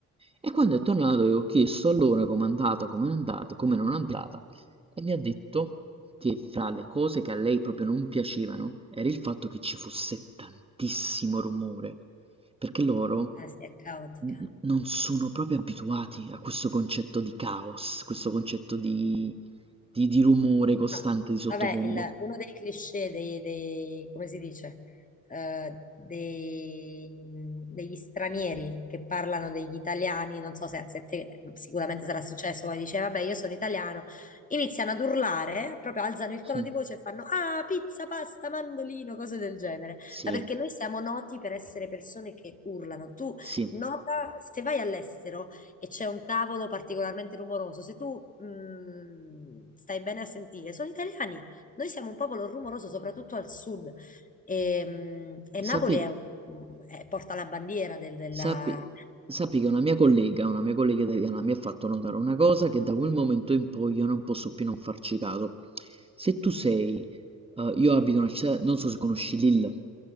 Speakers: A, on the right; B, on the left.
A: E quando è tornato io ho chiesto allora com'è andata, com'è andata, come non è andata e mi ha detto che fra le cose che a lei proprio non piacevano era il fatto che ci fosse tantissimo rumore, perché loro
B: Eh, sì, è caotica.
A: n- non sono proprio abituati a questo concetto di caos, questo concetto di, di, di rumore costante
B: No.
A: di sottofondo.
B: Vabbè, il- uno dei cliché dei, dei- come si dice, Eh, dei- degli stranieri che parlano degli italiani, non so se, se te sicuramente sarà successo, come dice, vabbè, io sono italiano, iniziano ad urlare, proprio alzano il tono
A: Mh.
B: di voce e fanno, ah, pizza, pasta, mandolino, cose del genere.
A: Sì,
B: Ma perché noi siamo noti per essere persone che urlano. Tu
A: sì.
B: nota, se vai all'estero, e c'è un tavolo particolarmente rumoroso, se tu mh, stai bene a sentire, sono italiani. Noi siamo un popolo rumoroso, soprattutto al sud. E, mh, e Napoli
A: Sappi
B: è- mh, è- porta la bandiera del- della...
A: sappi sappi che una mia collega una mia collega italiana mi ha fatto notare una cosa che da quel momento in poi io non posso più non farci caso. Se tu sei, ehm, io abito in una città non so se conosci Lille.